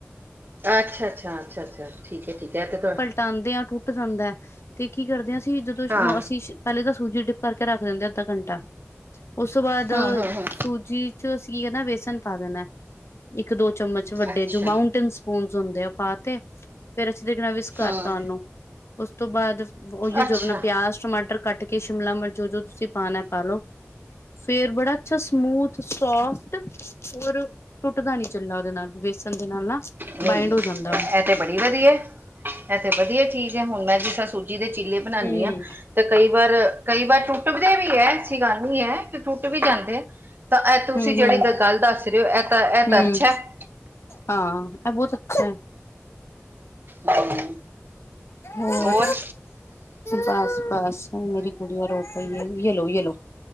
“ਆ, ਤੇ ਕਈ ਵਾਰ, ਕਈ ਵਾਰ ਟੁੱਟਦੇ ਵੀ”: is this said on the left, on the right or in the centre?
Right